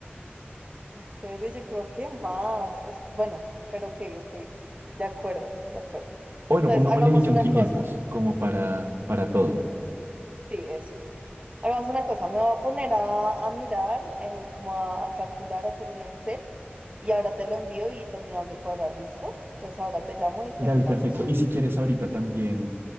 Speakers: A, on the right; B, on the right.
A: En serio, yo creo que más. O s- bueno, pero ok, ok. De acuerdo, de acuerdo.
B: O Bueno,
A: Entonces,
B: pongámosle
A: hagamos
B: millón
A: una
B: quinientos
A: cosa.
B: como para, para todo.
A: Sí, eso. Hagamos una cosa. Me voy a poner a, a mirar, eh, como a, a calcular, a hacer un Excel. Y ahora te lo envío y terminamos de cuadrar, ¿listo? Entonces, ahora te llamo y terminamos.
B: Dale, perfecto. Y si quieres ahorita también